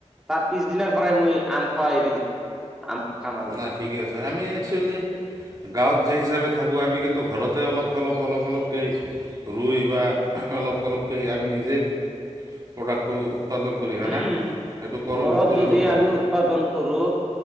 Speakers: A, in the centre; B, on the right.
A: তাৰ পিছ দিনাৰ পৰাই মই আম খোৱা এৰি দি খাম আৰু
B: নাই
A: মই
B: ঠিকেই আছে আমি, একচুৱেলি গাঁৱত যি হিচাপে থাকোঁ আমি কিন্তু ঘৰতে অলপ-অলপ-অলপ-অলপকে ৰুই বা অলপ-অলপকে আমি নিজেই প্ৰডাক্টটো। উৎপাদন কৰি হয়নে
A: উম,
B: সেইটো কৰি
A: ঘৰত
B: কৰিব
A: যদি
B: পাৰোঁ
A: আমি উৎপাদন কৰো